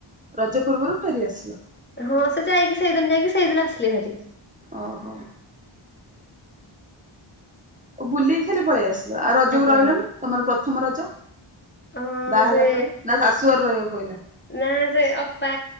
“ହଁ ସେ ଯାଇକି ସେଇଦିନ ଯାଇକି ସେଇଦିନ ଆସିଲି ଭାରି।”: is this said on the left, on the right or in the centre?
Left